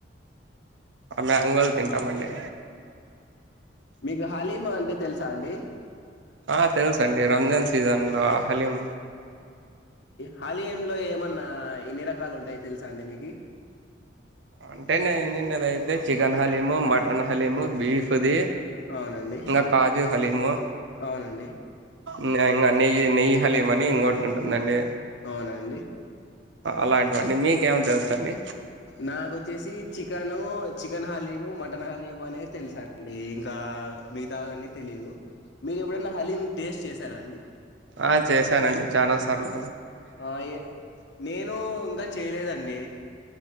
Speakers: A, on the right; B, on the left.
A: మ్యాంగోలు తింటామండి
B: మీఘాల మ అంటే తెలుసా అండి
A: ఆ తెలుస అండి రంజాన్ సీజన్ లో హలీం
B: హాల ఏమ్ లో ఏమన్నా ఎన్ని రకాలు ఉంటాయి తెలుసా అండి మీకి
A: అంటే నేను నిన్నదైతే చికెన్ హలీము మటన్ హలీము బీఫ్దిి
B: అవునండి
A: ఇంకా కాజు హలీము
B: అవునండి
A: ఇం నెయ్యి నెయ్యి హలీం అని ఇంకోటి ఉంటుందండి
B: అవునండి
A: అలాంటివండి మీకు ఏమంది తెలుస్తుండి
B: నాకుొచ్చేసి chicken chicken haleem mutton haleem అనేది తెలుసాండి ఇంకా మిగతాని తెలేవు మీరు ఎప్పుడైనా హలీం టేస్ట్ చేసారా అండి
A: ఆ చేశానండి చానా సార్లు
B: అయే నేను ఇంగ చేలేదండి